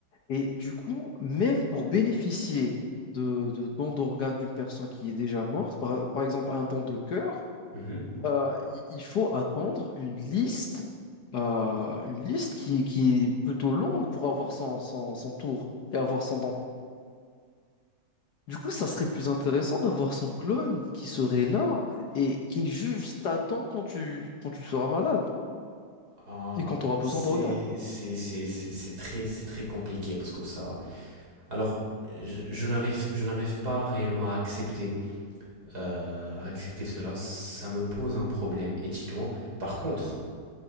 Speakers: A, on the left; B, on the right.
A: Et du coup, même pour bénéficier de, de don d'organes d'une personne qui est déjà morte, par, par exemple un don de cœur,
B: mhm.
A: euh, il il faut attendre une liste, euh, une liste qui, qui est plutôt longue pour avoir son, son, son tour et avoir son don. Du coup, ça serait plus intéressant d'avoir son clone qui serait là et qui juste t'attend quand tu, quand tu seras malade
B: Ah,
A: et quand tu auras besoin
B: c'est
A: d'organes.
B: c'est c'est c'est c'est très c'est très compliqué parce que ça. Alors je, je n'arrive je n'arrive pas réellement à accepter euh, à accepter cela. Ça me pose un problème éthiquement. Par contre,